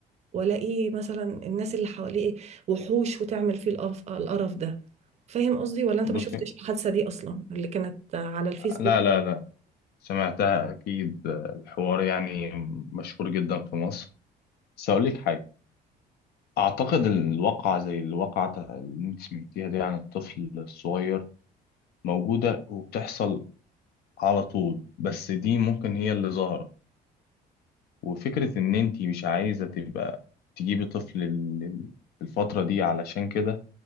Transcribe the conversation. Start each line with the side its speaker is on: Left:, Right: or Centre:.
Right: وألاقيه مثلا الناس اللي حواليه وحوش وتعمل فيه القرف القرف ده فاهم قصدي ولا أنت
Left: بصي
Right: ما شفتش الحادثة دي أصلا اللي كانت على الفيسبوك
Left: لا لا لا سمعتها أكيد آه، الحوار يعني مشهور جدا في مصر بس هقول لك حاجة أعتقد الواقعة زي الواقعة اللي أنت سمعتيها دي عن الطفل الصغير موجودة وبتحصل على طول بس دي ممكن هي اللي ظاهرة وفكرة إن أنت مش عايزة تبقى تجيبي طفل ال- ال- في الفترة دي علشان كده